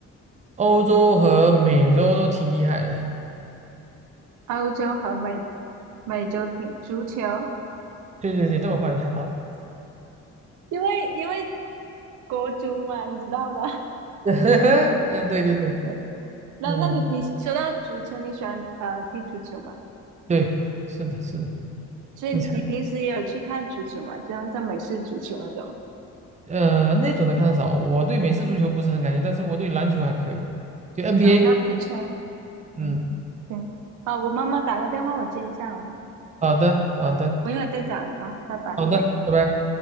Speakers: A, on the right; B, on the right.
A: 欧洲和美洲都挺厉害的。
B: 欧洲和美美洲挺足球。
A: 对对对，这么快就猜到了。
B: 因为因为国足嘛，你知道的。<laughs>
A: <laughs> 嗯，对对对，
B: 对，那那你你说到足球，
A: 嗯，
B: 你喜欢呃踢足球吗？
A: 对，是的，是的。
B: 所以你平时也有去看足球嘛？
A: 你猜，
B: 就像像美式足球那种。
A: 呃那种的看的少，我对美式足球不是很感兴趣，但是我对篮球还可以，就 NBA。
B: 哦，那不错。
A: 嗯，
B: 嗯，行啊，我妈妈打个电话，我接一下啊，
A: 好的，好的，
B: 我一会儿再找你啊，拜拜。
A: 好的，拜拜。